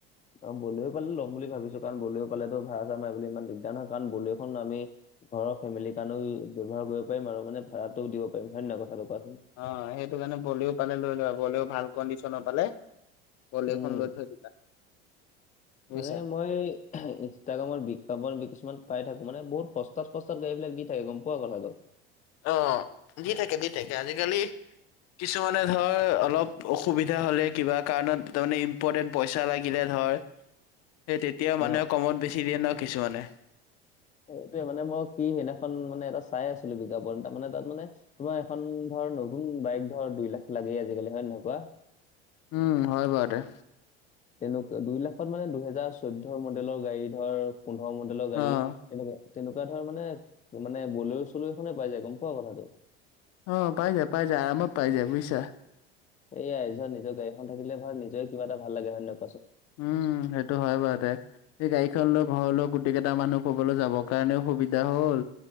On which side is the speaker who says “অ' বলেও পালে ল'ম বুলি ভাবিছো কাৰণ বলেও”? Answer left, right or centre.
Left